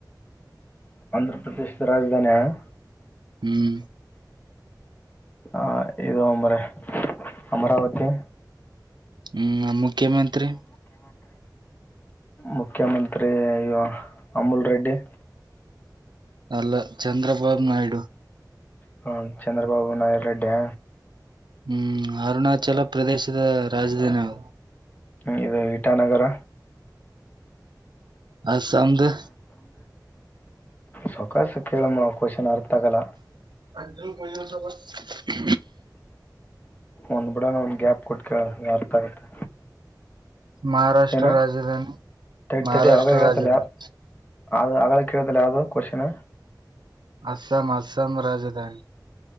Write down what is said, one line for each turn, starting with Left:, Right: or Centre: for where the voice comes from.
Left: ಆಂಧ್ರ ಪ್ರದೇಶದ ರಾಜಧಾನಿ ಆ
Right: ಹ್ಮ್
Left: ಹ ಇದು ಅಂಬ್ರ ಅಮರಾವತಿ
Right: ಹ್ಮ್ ಮುಖ್ಯಮಂತ್ರಿ
Left: ಮುಖ್ಯಮಂತ್ರಿ ಅಮುಲ್ ರೆಡ್ಡಿ
Right: ಅಲ್ಲ ಚಂದ್ರಬಾಬು ನಾಯ್ಡು
Left: ಹ ಚಂದ್ರಬಾಬು ನಾಯರು ರಡ್ಡ್ಯಾ
Right: ಹ್ಮ್ ಅರುಣಾಚಲ ಪ್ರದೇಶದ ರಾಜಧಾನಿ ನಾವು
Left: ಹ್ಮ ಇದು ಇಟಾನಗರ
Right: ಅಸಂದು
Left: ಸಕಸ ಕೇಳಮ್ಮ ಕ್ವಶನ್ ಅರ್ಥ ಆಗಲ್ಲ
Right: ಅ ಕೊಸ ಬ
Left: ಒಂದ್ ಬಿಿಡಾನ ಒಂದ್ ಗ್ಯಾಪ್ ಕೊಟ್ಕ ಅರ್ಥ ಆಗತ್ತೆ
Right: ಮಹಾರಾಷ್ಟ್ರ
Left: ಏನು
Right: ರಾಜಧಾನಿ
Left: ತಡಿ
Right: ಮಹಾರಾಷ್ಟ್ರ
Left: ತಡಿ ಅವರ ಹೇಳ್ದಲ್ಲ
Right: ರಾಜಧಾನಿ
Left: ಯಾರ್ ಅದು ಆಗ ಮ ಕೇಳದಲ್ಲ ಯಾವುದು ಕೊಶ್ನ್
Right: ಅಸ್ಸಂ ಅಸ್ಸಾಮ ರಾಜಧಾನಿ